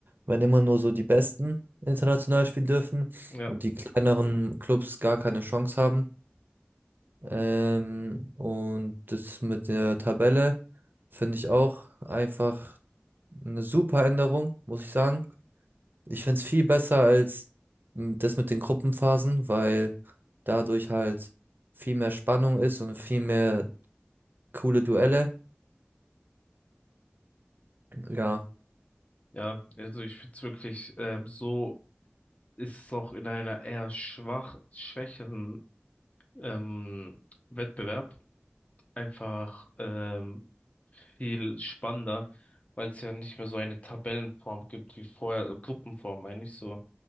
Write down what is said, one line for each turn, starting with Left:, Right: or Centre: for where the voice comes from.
Right: wenn immer nur so die Besten international spielen dürfen
Left: Ja,
Right: und die kleineren Clubs gar keine Chance haben. Ähm, und das mit der Tabelle finde ich auch einfach eine super Änderung, muss ich sagen. Ich finde es viel besser als m, das mit den Gruppenphasen, weil dadurch halt viel mehr Spannung ist und viel mehr coole Duelle. Ja,
Left: ja, also ich finde es wirklich, ähm, so ist es auch in einer eher schwach, schwächeren ähm, Wettbewerb einfach ähm, viel spannender, weil es ja nicht mehr so eine Tabellenform gibt wie vorher, also Gruppenform, meine ich so.